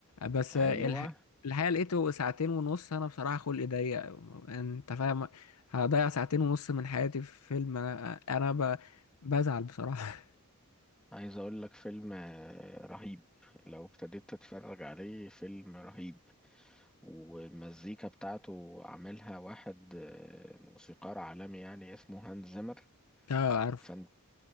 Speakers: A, on the left; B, in the centre.
A: بس
B: ايوه
A: الح... الحقيقه لقيته ساعتين ونص انا بصراحه خلقي ضيق انت فاهم هضيع ساعتين ونص من حياتي في فيلم انا انا ب... بزعل بصراحه <laughs>
B: عايز اقول لك فيلم آه، رهيب لو ابتديت تتفرج عليه فيلم رهيب والمزيكا بتاعته عاملها واحد آه، موسيقار عالمي يعني اسمه هانز زيمر
A: اه عارفه
B: فانت